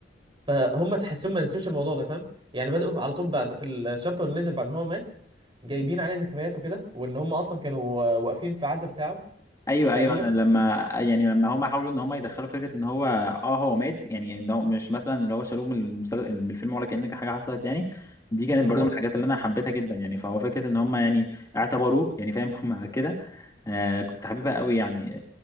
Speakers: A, on the right (about 30°); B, on the left (about 20°).
A: فهم تحسهم ما نسوش الموضوع ده فاهم يعني بدأوا على طول بعد في الشابتر اللي نزل بعد ما هو مات جايبين عليه ذكريات وكده وان هم اصلا كانوا آه، واقفين في عزا بتاعه
B: ايوه
A: تقريبا
B: ايوه انا لما يعني لما هم حاولوا ان هم يدخلوا فكره ان هو اه هو مات يعني ان هو مش مثلا اللي هو شالوه من المسل... من الفيلم ولا كأن حاجه حصلت يعني دي كانت
A: بالظبط
B: برضو من الحاجات اللي انا حبيتها جدا يعني فهو فكره ان هم يعني اعتبروه يعني فاهم <laughs> هم كده آه كنت حاببها قوي يعني